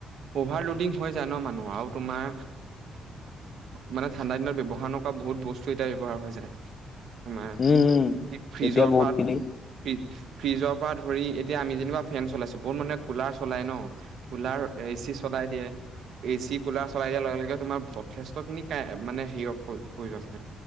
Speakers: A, on the right; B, on the left.
A: অভাৰলডিং হৈ যায় ন মানুহ আৰু তোমাৰ মানে ঠাণ্ডা দিনত ব্যৱহাৰ নক বহুত বস্তু এতিয়া ব্যৱহাৰ হৈ যায় তোমাৰ
B: উম। উম।
A: ফ্ৰিজৰ
B: এতিয়া বহুত
A: পৰা
B: খিনি
A: ফি ফ্ৰিজৰ পৰা ধৰি এতিয়া আমি যেনিবা ফেন চলাইছো। বহুত মানুহে কুলাৰ চলাই ন। কোলা এচি চলাই দিয়ে। এচি, কুলাৰ চলাই দিয়াৰ লগে লগে তোমাৰ যথেষ্টখিনি কাৰে মানে হেৰিয়ৰ প্ৰয়ো প্ৰয়োজন হ